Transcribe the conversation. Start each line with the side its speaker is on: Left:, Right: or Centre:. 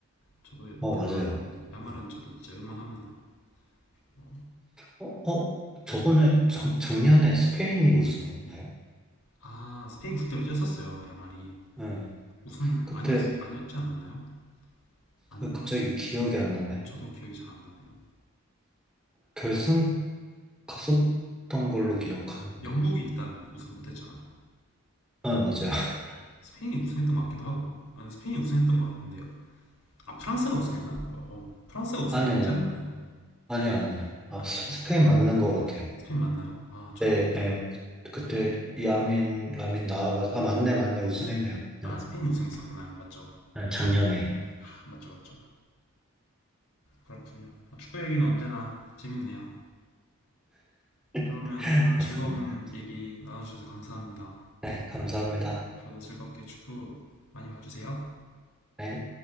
Left: 저도
Centre: 어,
Left: 야말은
Centre: 맞아요.
Left: 야말은
Centre: 음.
Left: 저도 진짜 응원합니다. 어,
Centre: 어, 어, 저번에, 작, 작년에 스페인이 우승했나요?
Left: 아 스페인 국대로 뛰었었어요 야말이
Centre: 예.
Left: 우승
Centre: 그때
Left: 아니었 아니었지 않았나요? 아니었나?
Centre: 갑자기 기억이 안 나네.
Left: 어, 저도 기억이 잘 안 나네요.
Centre: 결승 갔었던 걸로 기억하는데.
Left: 영국이 일단 우승 못했잖아요.
Centre: 아, 맞아요. <laughs>
Left: 스페인이 우승했던 것 같기도 하고요. 어, 스페인이 우승했던 것 같은데요. 아 프랑스가 우승했나? 어, 어, 프랑스가 우승했지
Centre: 아니요,
Left: 않았나요?
Centre: 아니요, 아니요. 아,
Left: 아닌가요?
Centre: 스페인 맞는 것 같아요.
Left: 스페인 맞나요? 아 저도
Centre: 네, 예. 그때 야민, 라민 나와가지고, 아, 맞네, 맞네, 우승했네요.
Left: 아
Centre: 네,
Left: 스페인이 우승했었구나요. 맞죠?
Centre: 네, 작년에.
Left: 아, 맞죠 맞죠. 그렇군요. 아, 축구 얘기는 언제나 재밌네요. 그러면
Centre: <laughs>
Left: 오늘
Centre: 맞습니다.
Left: 즐거운 얘기 나눠주셔서 감사합니다.
Centre: 네, 감사합니다.
Left: 앞으로도 즐겁게 축구 많이 봐주세요.
Centre: 네.